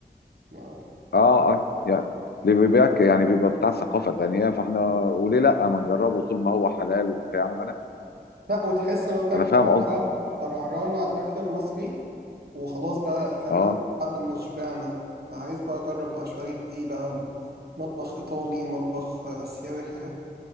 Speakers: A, on the right; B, on the left.
A: ما-
B: اه اه يعني اللي بيبيعك يعني بيبقى بتاع ثقافة تانية فاحنا وليه لا ما نجربه طول ما هو حلال وبتاع ما انا
A: لا وتحس إن هو فاهم
B: انا
A: ترعران
B: فاهم قصدي
A: ترعران على الأكل المصري وخلاص بقى أكلنا
B: اه
A: لحد ما شبعنا فعايز بقى أجرب بقى شوية إيه بقى مطبخ إيطالي مطبخ آسيوي حاجات